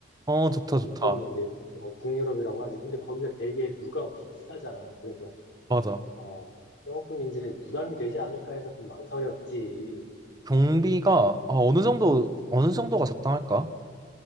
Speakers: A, on the right; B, on the left.
A: 어, 좋다, 좋다.
B: 이쪽은 이제 뭐 북유럽이라고 하지. 근데 거기가 되게 물가가 비싸잖아. 그래서
A: 맞아.
B: 어 조금 이제 부담이 되지 않을까 해서 좀 망설였지.
A: 경비가 아, 어느 정도 어느 정도가 적당할까?